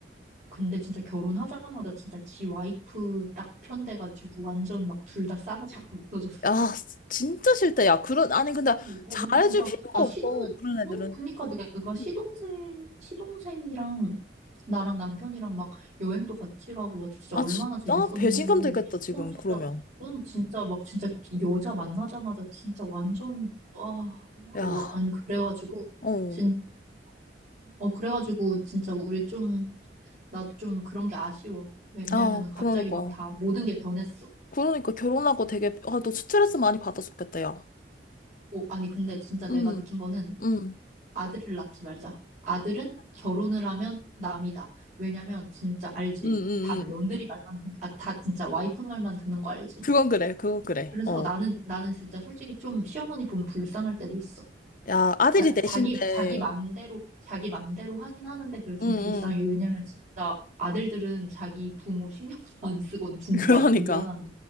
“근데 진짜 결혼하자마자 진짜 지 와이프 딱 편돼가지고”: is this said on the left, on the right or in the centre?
Right